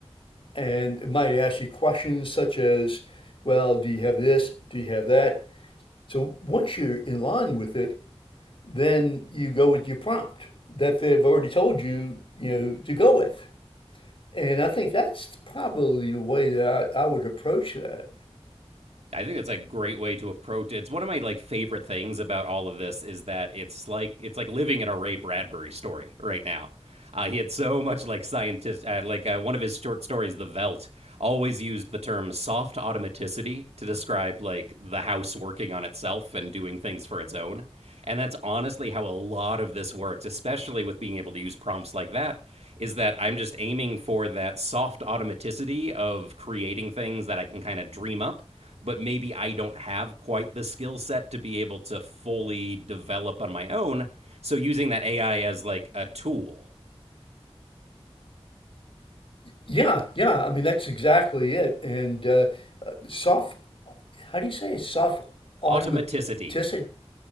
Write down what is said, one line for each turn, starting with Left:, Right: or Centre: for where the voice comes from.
Left: And it might ask you questions such as, well, do you have this? Do you have that? So once you're in line with it, then you go with your prompt that they've already told you, you know, to go with. And I think that's probably the way that I, I would approach that.
Right: I think that's a great way to approach it. It's one of my like favorite things about all of this is that it's like it's like living in a Ray Bradbury story right now. Uh, he had so much like scientist, uh, like uh, one of his short stories, The Velt, always used the term soft automaticity to describe like the house working on itself and doing things for its own. And that's honestly how a lot of this works, especially with being able to use prompts like that, is that I'm just aiming for that soft automaticity of creating things that I can kind of dream up but maybe I don't have quite the skill set to be able to fully develop on my own. So using that AI as like a tool.
Left: Yeah, yeah. I mean, that's exactly it. And uh, uh, soft, how do you say it? Soft automaticity.
Right: Automaticity. <laughs>